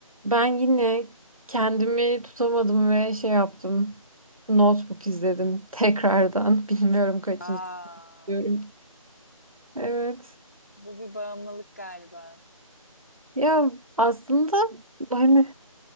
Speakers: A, on the right; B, on the left.
A: Ben yine kendimi tutamadım ve şey yaptım. Notebook izledim tekrardan. <laughs> Bilmiyorum kaçıncı
B: Aa,
A: diyorum. Evet.
B: bu bir bağımlılık galiba.
A: Ya aslında hani